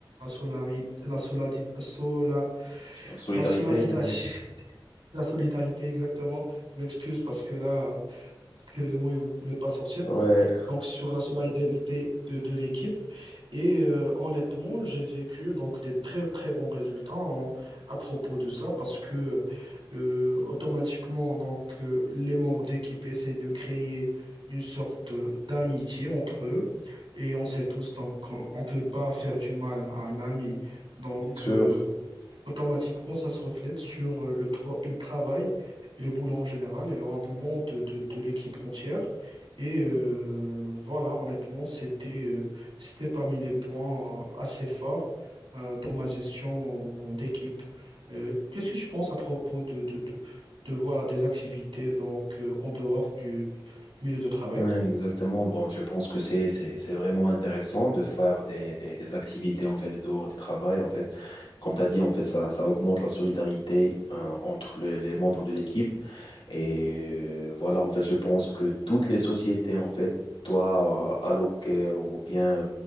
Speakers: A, on the right (about 85°); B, on the left (about 75°).
A: solari- la, soladi- sola-
B: Solidarité,
A: la solidarité.
B: j'imagine.
A: <laughs> La solidarité, exactement. Je m'excuse parce que là, que le mot, il ne voulait pas sortir
B: Ouais,
A: donc sur la solidarité de, de l'équipe. Et euh, honnêtement, j'ai vécu donc des très très bons résultats en- à propos de ça parce que euh, automatiquement donc euh, les membres de l'équipe essaient de créer une sorte d'amitié entre eux et on sait tous donc qu'on- on peut pas faire du mal à un ami. Donc
B: bien sûr.
A: euh, automatiquement, ça se reflète sur euh, le, tra- le travail et le boulot en général et le rendement de, de- de l'équipe entière. Et euh, voilà, honnêtement, c'était euh, c'était parmi les points euh, assez forts euh, dans ma gestion d'équipe. Euh, qu'est-ce que tu penses à propos de, de, de, de, voilà, des activités donc, euh, en dehors du, du milieu de travail?
B: Ouais, exactement. Bon, je pense que c'est c'est c'est vraiment intéressant de faire des, des, des activités en fait dehors du travail en fait. Comme tu as dit en fait ça ça augmente la solidarité euh, entre le- les membres de l'équipe et euh, voilà en fait je pense que toutes les sociétés en fait doivent alloquer ou bien